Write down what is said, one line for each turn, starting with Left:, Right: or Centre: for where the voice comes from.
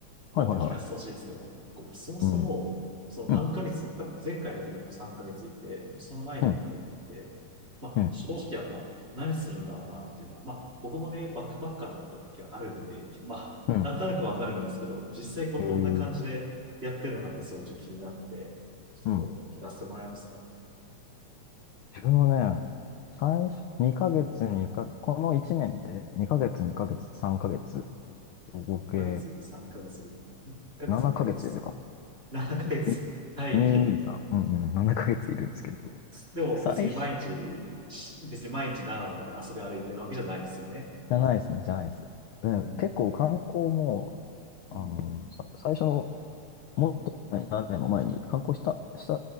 Right: もっと聞かせてほしいんですけど、
Left: はいはいはいはい
Right: こうそもそも、
Left: うん。
Right: その何ヶ月、
Left: うん。
Right: 多分前回だけでも3ヶ月いて、その前にもタイに行って、
Left: うん。
Right: まあ、
Left: うん。
Right: 正直やっぱ何するんだろうなっていうのは、まあ、僕もね、バックパッカーだった時はあるんで、まあ、
Left: うん。
Right: なんとなくわかるんですけど、実際こう、
Left: えー、
Right: どんな感じでやってるのかってすごいちょっと気になって、ちょっとこう、
Left: うん。
Right: 聞かせてもらえますか
Left: 自分はね、最初、2ヶ月にか、この1年で2ヶ月、2ヶ月、3ヶ月、合計
Right: ヶ月3ヶ月、1ヶ月1ヶ月3、
Left: 7ヶ月いるか
Right: 7ヶ月単位に。
Left: も。223。にさんうんうん。7ヶ月いるんですけど。
Right: でも別に毎日、
Left: 最初。
Right: 別に毎日長野から遊び歩いてるわけじゃないですよね。
Left: じゃないですね、じゃないです。で結構観光も、
Right: うん。うん。
Left: あの、さ最初の、もっと前何年も前に観光した、した、